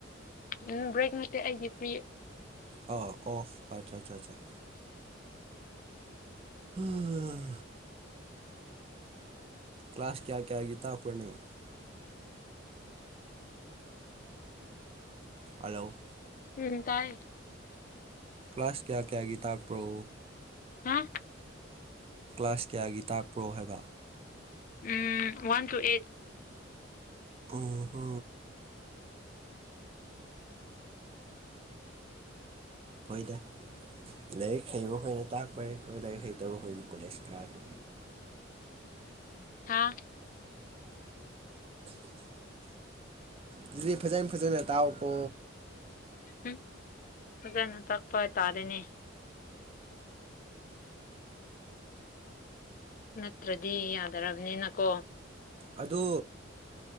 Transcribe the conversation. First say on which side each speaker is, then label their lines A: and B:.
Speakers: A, on the left; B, on the right.
A: ꯎꯝ ꯭ꯔꯦꯛ ꯃꯠꯇꯦ ꯑꯩꯒꯤ ꯐꯔꯤ
B: ꯑ ꯑꯣꯐ ꯑꯆꯥ ꯑ ꯑꯥ ꯀ꯭ꯂꯥꯁ ꯀꯌꯥ ꯀꯌꯥꯒꯤ ꯇꯥꯛꯄ꯭ꯔ ꯅꯪ ꯍꯜꯂꯣ
A: ꯎꯝ ꯇꯥꯏ
B: ꯀ꯭ꯂꯥꯁ ꯀꯌꯥ ꯀꯌꯥꯒꯤ ꯇꯥꯛꯄ꯭ꯔꯣ
A: ꯍꯥ
B: ꯀ꯭ꯂꯥꯁ ꯀꯌꯥꯒꯤ ꯇꯥꯛꯄ꯭ꯔꯣ ꯍꯥꯏꯕ
A: ꯎꯝ ꯋꯥꯟ ꯇꯨ ꯑꯩꯠ
B: ꯑꯣ ꯍꯣ ꯍꯣꯏꯗ ꯂꯥꯏꯔꯤꯛ ꯍꯩꯕ ꯈꯣꯏꯅ ꯇꯥꯛꯄꯩ ꯍꯣꯏ ꯂꯥꯏꯔꯤꯛ ꯍꯩꯇꯕ ꯍꯣꯏꯗꯤ ꯀꯣꯂꯦꯖ ꯀꯥꯔꯦ
A: ꯍꯥꯥ
B: ꯑꯗꯨꯗꯤ ꯐꯖꯅ ꯐꯖꯅ ꯇꯥꯛꯑꯣꯀꯣ
A: ꯎꯝ ꯐꯖꯅ ꯇꯥꯛꯄ ꯇꯥꯔꯦꯅꯦ ꯅꯠꯇ꯭ꯔꯗꯤ ꯌꯥꯗꯔꯕꯅꯤꯅ ꯀꯣ
B: ꯑꯗꯨ